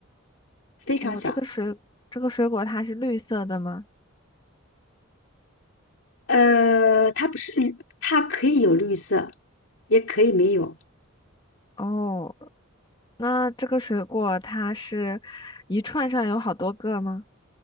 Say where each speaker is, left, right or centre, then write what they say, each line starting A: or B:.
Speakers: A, on the left (about 60°); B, on the left (about 20°).
A: 非常小。
B: 哦，这个水这个水果它是绿色的吗？
A: 呃，它不是绿，它可以有绿色，也可以没有。
B: 哦，那这个水果它是一串上有好多个吗？